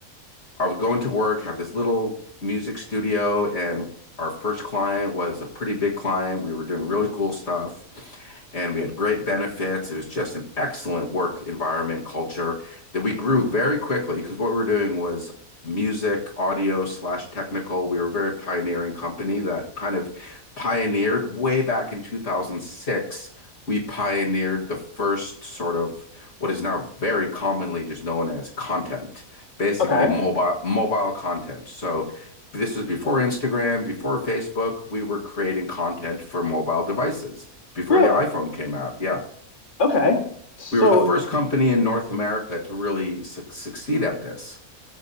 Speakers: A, on the left; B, on the left.
A: I would go into work, have this little music studio, and our first client was a pretty big client. We were doing really cool stuff, and we had great benefits. It was just an excellent work environment culture that we grew very quickly because what we were doing was music, audio slash technical. We were a very pioneering company that kind of pioneered way back in 2006. We pioneered the first sort of what is now very commonly just known as content basically
B: Okay.
A: mobile mobile content. So this was before Instagram, before Facebook. We were creating content for mobile devices before
B: Really?
A: the iPhone came out. Yeah.
B: Okay. So,
A: We were the first company in North America to really su- succeed at this.